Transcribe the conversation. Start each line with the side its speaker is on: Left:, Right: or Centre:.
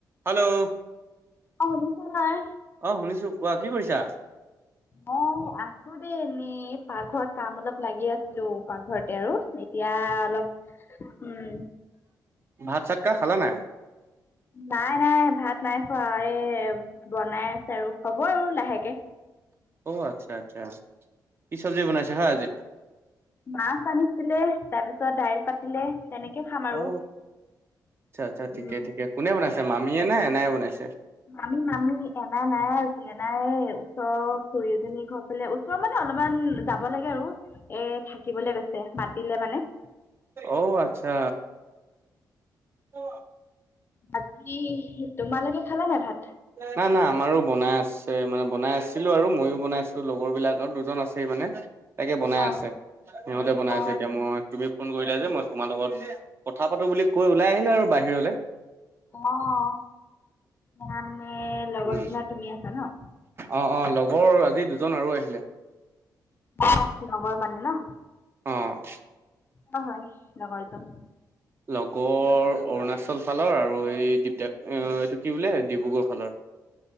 Right: Hello
Left: অ শুনিছা নে নাই।
Right: অ শুনিছো কোৱা কি কৰিছা।
Left: মই আছো দেই এনেই পাকঘৰত কাম অলপ লাগি আছিলো পাকঘৰতে আৰু- এতিয়া অলপ উম,
Right: ভাত চাত কা খালা নে নাই?
Left: নাই নাই ভাত নাই খোৱা এই বনাই আছে আৰু হ'ব আৰু লাহেকে।
Right: অ আচ্ছা আচ্ছা, কি চবজি বনাইছে হয় আজি?
Left: মাছ আনিছিলে তাৰপিছত দাইল পাতিলে। তেনেকে খাম আৰু,
Right: অ আচ্ছা আচ্ছা ঠিকে
Left: উম।
Right: ঠিকে কোনে বনাইছে মামীয়ে নে এনাই বনাইছে?
Left: মামি মামি এনাই নাই আজি এনাই ওচৰ খুৰী এজনী ঘৰ ফালে- ওচৰ মানে অলপমান যাব লাগে আৰু এ থাকিবলৈ গৈছে, মাতিলে মানে।
Right: অ, আচ্ছা। অ।
Left: বাকী তোমালোকে খালা নাই ভাত?
Right: নাই নাই আমাৰো বনাই আছে মানে বনাই আছিলো আৰু মইও বনাই আছিলো লগৰ বিলাক আৰু দুজন আছে। সেই মানে তাকে বনাই
Left: অ'।
Right: আছে সিহঁতে বনাই
Left: অ',
Right: আছে এতিয়া মই- তুমি ফোন কৰিলা যে মই তোমাৰ লগত কথা পাতো বুলি কৈ ওলাই আহিলো আৰু বাহিৰলে।
Left: অঁ, মানে লগৰ
Right: উম
Left: জনে আৰু তুমি আছা ন?
Right: অ অ লগৰ আজি দুজন আৰু আহিলে।
Left: অ লগৰ মানে ন?
Right: অঁ'
Left: কৰ হয় লগৰজন?
Right: লগৰ অৰুণাচল ফালৰ আৰু এই এইটো কি বোলে ডিব্ৰুগড় ফালৰ।